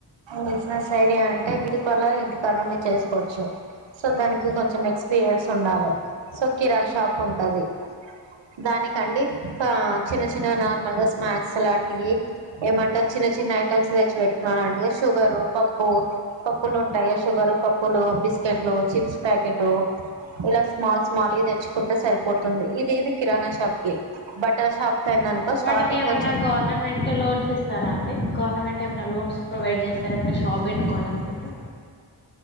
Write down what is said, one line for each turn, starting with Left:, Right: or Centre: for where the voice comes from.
Right: బిజినెస్ ఐడియా అంటే బ్యూటీ పార్లర్ ఇంటికాడుండి చేసుకోచ్చు. సో దానికి కొంచెం ఎక్స్పీరియన్స్ ఉండాలి. సో కిరాణ షాప్ ఉంటది. దానికండి ఆ చిన్న చిన్న నార్మల్గా స్నాక్స్ లాంటివి ఏమంటా చిన్న చిన్న ఐటమ్స్ తెచ్చి పెట్టుకున్నా నంట్ షుగరు, పప్పు, పప్పులుంటాయి. షుగరు, పప్పులు, బిస్కెట్లు, చిప్స్ ప్యాకెటు ఇలా స్మాల్ స్మాల్గే తెచ్చుకుంటే సరిపోతుంది ఇది ఇది కిరాణా షాప్కి బట్టల షాప్ కి అయిందనుకో స్టార్టింగ్
Left: వాటికేమన్నా
Right: వచ్చే
Left: గవర్నమెంట్ లోన్స్ ఇస్తారా అండి. గవర్నమెంట్ ఏమన్నా లోన్స్ ప్రొవైడ్ చేస్త స్తర ఏమన్నా షాప్ పెట్టుకోవాలనుకుంటే